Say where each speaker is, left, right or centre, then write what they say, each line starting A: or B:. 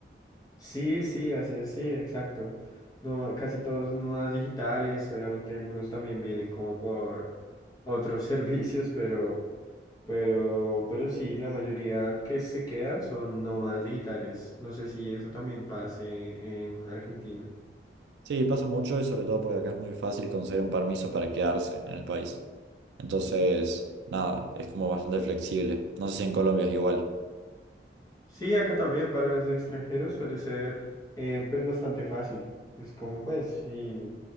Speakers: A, on the left; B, on the right.
A: Sí, sí, así es, sí, exacto. No, casi todos son nómadas digitales, obviamente algunos también vienen como por otros <laughs> servicios, pero, pero, pero sí, la mayoría que se quedan son nómadas digitales. No sé si eso también pase en Argentina.
B: Sí, pasa mucho y sobre todo porque acá es muy fácil conseguir un permiso para quedarse en el país. Entonces, nada, es como bastante flexible. No sé si en Colombia es igual.
A: Sí, acá también para los extranjeros suele ser eh, pues bastante fácil. Es como pues sí.